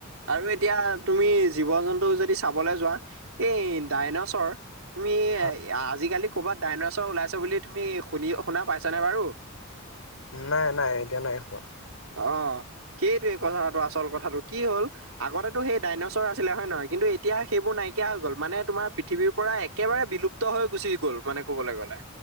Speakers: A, on the right; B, on the left.
A: আৰু এটা এতিয়া তুমি জীৱ জন্তু যদি চাবলৈ যোৱা এই ডাইনছৰ তুমি
B: হয়
A: আজিকালি ক'ৰবাত ডাইনছ ওলাইছে বুলি তুমি শুনি শুনা পাইছা নে বাৰু
B: নাই নাই এতিয়া নাই হোৱা
A: অ সেইটোৱে কথাটো আচল কথাটো কি হ'ল আগতেো সেই ডাইনছৰ আছিলে হয় নহয় কিন্তু এতিয়া সেইবোৰ নাইকিয়া হৈ গ'ল মানে তোমাৰ পৃথিৱীৰ পৰা একেবাৰে লুপ্ত হৈ গুচি গ'ল মানে ক'বলৈ গ'লে